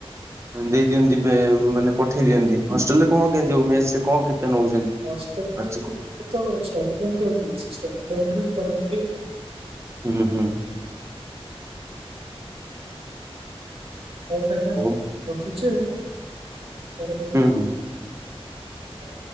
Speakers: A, on the right; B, on the right.
A: ଦେଇ ଦିଅନ୍ତି ମାନେ ପଠେଇ ଦିଅନ୍ତି ହଷ୍ଟେଲରେ କଣ କେ ମ କେତେ କଣ ନଉଛନ୍ତି
B: ଅଷ୍ଟ୍ରେଲିଆ
A: ମାସକୁ?
B: ଏବେ ତ ଷ୍ଟଡିିଲଣ୍ଡ କଣ ଦେଇଛି ଷ୍ଟଡିିଲଣ୍ଡ ରୁ ପ ପଠିବ
A: ହୁଁ ହୁଁ।
B: ହଉ ଭାଇନା
A: ଓ
B: ରଖୁଛି ପରେ କଥା
A: ହୁଁ ହୁଁ।
B: ହବା। ହଁ।